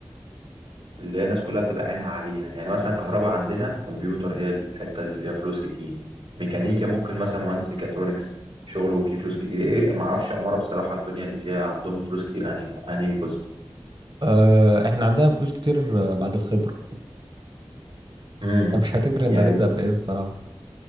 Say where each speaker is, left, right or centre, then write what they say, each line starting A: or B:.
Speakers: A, on the right; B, on the right.
A: اللي هي الناس كلها بتبقى عينها عليها يعني مثلا كهرباء عندنا كمبيوتر هي الحته اللي فيها فلوس كتير ميكانيكا ممكن مثلا مهندس ميكاترونكس شغله فيه فلوس كتير ايه ما اعرفش عماره بصراحه الدنيا اللي فيها عندهم فلوس كتير انهي انهي قسم
B: آه احنا عندنا فلوس كتير آه، بعد الخبرة <laughs>
A: امم
B: يعني مش هتفرق انت
A: يعني
B: هتبدأ في ايه الصراحة